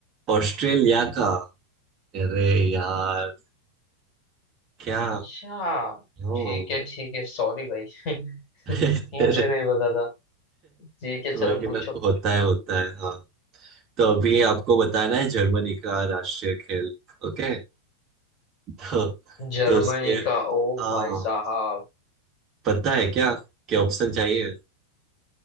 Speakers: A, on the right; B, on the left.
A: ऑस्ट्रेलिया का अरे यार क्या
B: अच्छा
A: ओ
B: ठीक
A: <laughs>
B: है ठीक है सॉरी भाई <laughs>
A: कोई
B: मुझे नहीं पता था ठीक है चलो
A: नहीं
B: पूछो
A: मतलब होता है होता है हाँ तो अभी आपको बताना है जर्मनी का राष्ट्रीय खेल ओके तो
B: जर्मनी
A: तो उसके
B: का ओ
A: हाँ
B: भाई साहब
A: पता है क्या क्या ऑप्शन चाहिए